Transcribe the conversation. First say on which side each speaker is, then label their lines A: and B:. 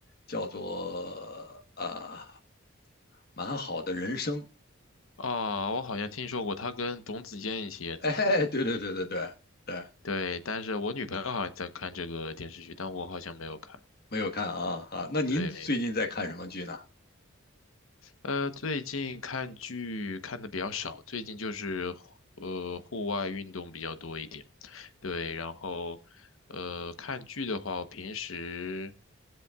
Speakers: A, on the left; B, on the left.
A: 叫做呃蛮好的人生。
B: 啊，我好像听说过，他跟董子健一起演的是吧？
A: <laughs> 哎，对对对对对对，
B: 对，但是我女朋友好像在看这个电视剧，但我好像没有看。
A: 没有看啊啊。那您最近在看什么剧呢
B: 对，呃，最近看剧看的比较少，最近就是呃户外运动比较多一点。对，然后呃看剧的话，我平时